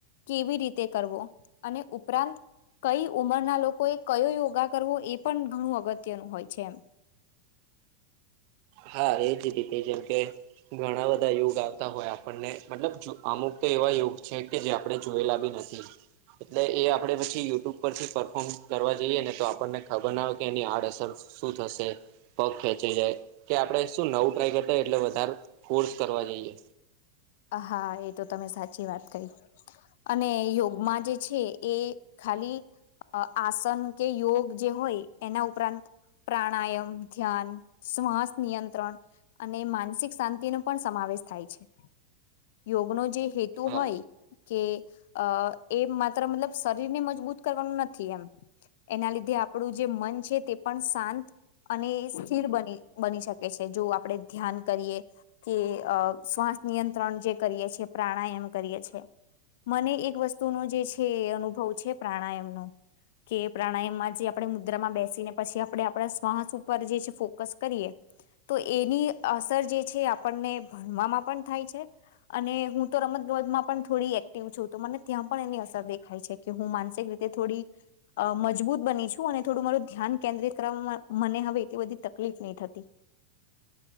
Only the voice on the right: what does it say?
હા એજ રીતે જેમ કે ઘણા બધા યોગ આવતા હોય આપણને મતલબ અમુક તો એવા યોગ છે કે જે આપડે જોયેલા બી નથી એટલે એ આપડે પછી યુટ્યુબ પરથી પરફોર્મ કરવા જઈએ ને તો આપણને ખબર ના હોય કે એની આડઅસર શું થશે પગ ખેંચી જાય કે આપડે શું નવું ટ્રાય કરતા હોય એટલે વધારે ફર્સ કરવા જઈએ
હા